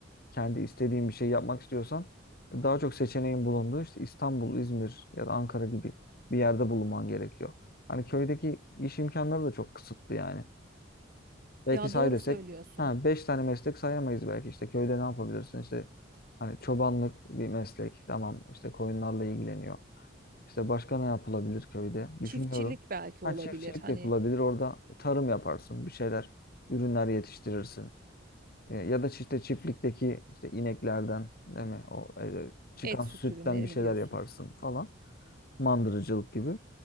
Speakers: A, on the left; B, on the right.
A: kendi istediğin bir şey yapmak istiyorsan daha çok seçeneğin bulunduğu işte İstanbul, İzmir ya da Ankara gibi bir yerde bulunman gerekiyor. Hani köydeki iş imkanları da çok kısıtlı yani. Belki
B: Ya
A: say
B: doğru
A: desek
B: söylüyorsun.
A: ha 5 tane meslek sayamayız belki işte köyde ne yapabilirsin işte hani çobanlık bir meslek tamam işte koyunlarla ilgileniyor. İşte başka ne yapılabilir köyde düşünüyorum.
B: Çiftçilik belki
A: Ha
B: olabilir.
A: çiftçilik
B: Hani
A: yapılabilir orada tarım yaparsın bir şeyler ürünler yetiştirirsin. E, Ya da işte çiftlikteki işte ineklerden değil mi? O e, çıkan
B: et süt
A: sütten
B: ürünleri
A: bir
B: mi
A: şeyler
B: diyorsun?
A: yaparsın falan. Mandırıcılık gibi.